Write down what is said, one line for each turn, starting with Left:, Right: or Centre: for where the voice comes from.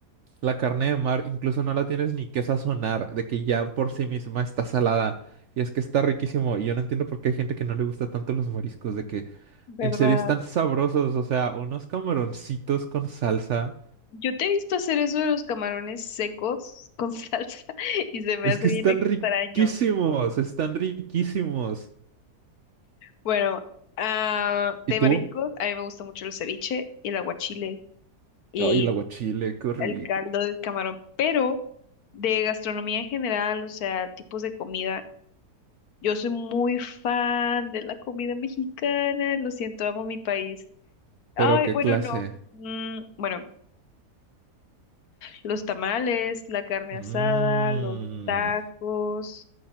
Right: la carne de mar incluso no la tienes ni que sazonar, de que ya por sí misma está salada. Y es que está riquísimo. Y yo no entiendo por qué hay gente que no le gusta tanto los mariscos, de que
Left: ¿Verdad?
Right: en serio están sabrosos. O sea, unos camaroncitos con salsa.
Left: Yo te he visto hacer eso de los camarones secos con <laughs> salsa y se me
Right: Es
Left: hace
Right: que
Left: bien
Right: están
Left: extraño.
Right: riquísimos, están riquísimos.
Left: Bueno, ah, de
Right: ¿Y tú?
Left: mariscos, a mí me gusta mucho el ceviche, el aguachile y
Right: Ay, el aguachile, qué rico.
Left: el caldo del camarón, pero de gastronomía en general, o sea, tipos de comida, yo soy muy fan de la comida mexicana, lo siento, amo mi país. Ay,
Right: Pero qué
Left: bueno,
Right: clase.
Left: no. mm, bueno. Los tamales, la carne
Right: Mmm,
Left: asada, los tacos,